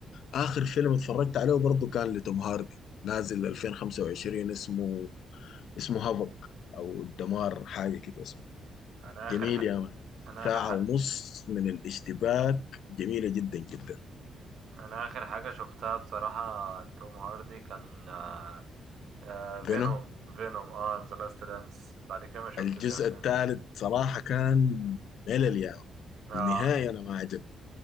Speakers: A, on the left (about 65°); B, on the right (about 65°).
A: اخر فيلم اتفرجت عليه برضه كان لتوم هاردي نازل 2025 اسمه اسمه هافك او الدمار حاجه كده اسمه
B: أنا
A: جميل
B: آخر ح...
A: يا مان
B: أنا
A: ساعه
B: آخر ح...
A: ونص من الاشتباك جميله جدا جدا
B: أنا آخر حاجة شفتها بصراحة لتوم هاردي كان آه... آه... فينوم
A: فينوم
B: فينوم اه ذا لاست دانس بعد كده ما شفتش
A: الجزء
B: أفلام
A: الثالث صراحه كان ملل يا مان
B: اه
A: النهايه انا ما عجبني